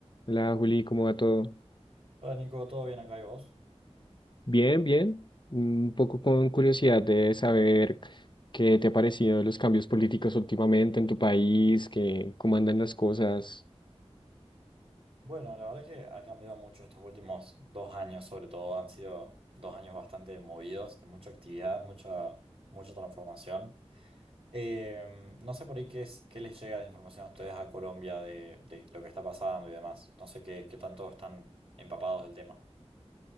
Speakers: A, on the left; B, on the right.
A: Hola Juli, ¿cómo va todo?
B: Hola Nico, ¿todo bien acá y vos?
A: Bien, bien. Un poco con curiosidad de saber qué te ha parecido los cambios políticos últimamente en tu país, que, cómo andan las cosas.
B: Bueno, la verdad es que ha cambiado mucho estos últimos dos años, sobre todo. Han sido dos años bastante movidos, de mucha actividad, mucha, mucha transformación. Eh, no sé por ahí qué es, qué les llega de información a ustedes a Colombia de, de lo que está pasando y demás. No sé qué, qué tanto están empapados del tema.